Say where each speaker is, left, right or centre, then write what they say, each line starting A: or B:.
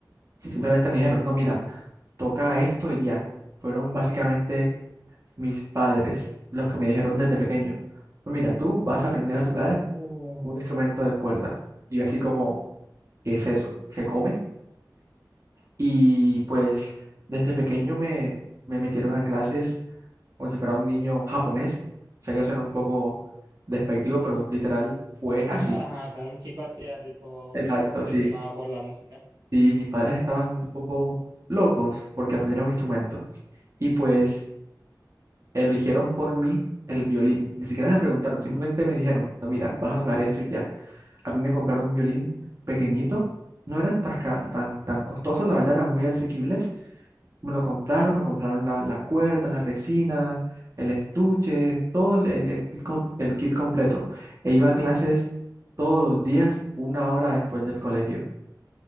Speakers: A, on the right; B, on the right.
A: Simplemente me dijeron, no, mira, toca esto y ya. Fueron básicamente mis padres, los que me dijeron desde pequeño, "Pues mira, tú vas a aprender a tocar
B: Uh.
A: un instrumento de cuerda. Y yo así como, ¿qué es eso? ¿Se come? Y pues desde pequeño me, me metieron a clases como si fuera un niño japonés. Sé que suena un poco despectivo, pero literal fue
B: <laughs>
A: así.
B: Ajá, Con un chico asiático
A: Exacto,
B: obsesionado
A: sí.
B: por la música.
A: Y mis padres estaban un poco locos porque aprendieron instrumento. Y pues eligieron por mí el violín. Ni siquiera me preguntaron, simplemente me dijeron, no, mira, vas a tocar esto y ya. A mí me compraron un violín pequeñito, no eran tan, ca- tan, tan costosos, la verdad, eran muy asequibles. Me lo compraron, me compraron la, la cuerda, la resina, el estuche, todo el, el- el kit, com- el kit completo. E iba a clases todos los días, una hora después del colegio.